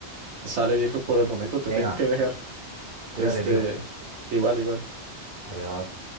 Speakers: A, on the right; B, on the right.
A: Sale, viejo, por el momento te
B: Venga,
A: tengo que dejar.
B: cuídate,
A: Este,
B: tío.
A: igual, igual.
B: Adiós.